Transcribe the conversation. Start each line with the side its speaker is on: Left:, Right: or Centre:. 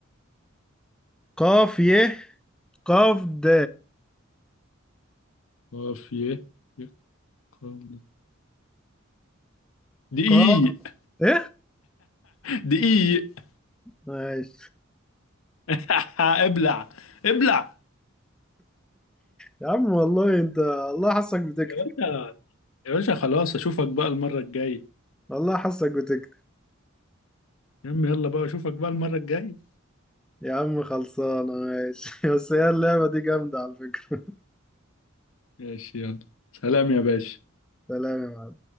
Centre: قاف يه قاف د
Left: قاف ي ي- قاف د. دقيق
Centre: قاف ايه
Left: دقيق
Centre: ماشي
Left: <laughs> ابلع ابلع
Centre: يا عم والله انت الله حاسك بتكتب
Left: يا باشا يا باشا خلاص أشوفك بقى المرة الجاية
Centre: والله حاسك بتكتب
Left: يا عم يلا بقى أشوفك بقى المرة الجاية
Centre: يا عم خلصانه ماشي <laughs> بس هي اللعبه دي جامده على فكره
Left: ماشي يلا سلام يا باشا
Centre: سلام يا معلم.